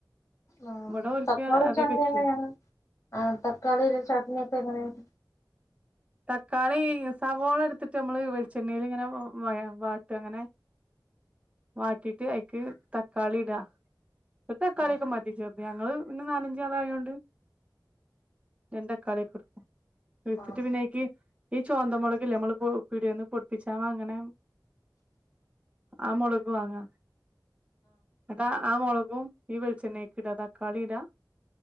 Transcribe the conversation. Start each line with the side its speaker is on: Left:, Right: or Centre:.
Left: ആ
Right: ഇവിടെ ഓൽക്ക്
Left: തക്കാളി
Right: അതേ
Left: ചട്ണി
Right: പറ്റൂ
Left: ആ ത തക്കാളീടെ ചട്ണി ഇപ്പ എങ്ങ ഉം
Right: തക്കാളി സവോള എടുത്തിട്ട് നമ്മള് വെളിച്ചെണ്ണേല് ഇങ്ങനെ വയ വാട്ടു അങ്ങനെ വാട്ടിട്ട് അയ്ക്ക് തക്കാളി ഇടാ ഒരു തക്കാളിയൊക്കെ
Left: ആഹ്
Right: മതി ചെറുത് ഞങ്ങള് പിന്നെ നാലഞ്ച് ആളായോണ്ട് രണ്ട് തക്കാളിയൊക്കെടു എടുത്തിട്ട്
Left: ആഹ്
Right: പിന്നെ അയ്ക്ക് ഈ ചുവന്നമുളക് ഇല്ലേ മുളക് പൊ പീടികേന്ന് പൊടിപ്പിച്ചാവങ്ങണെ. ആ മുളക് വാങ്ങാ ട്ടാ ആ മൊളകു ഉം ഈ വെളിച്ചണ്ണേക്ക് ഇടാ. തക്കാളി ഇടാ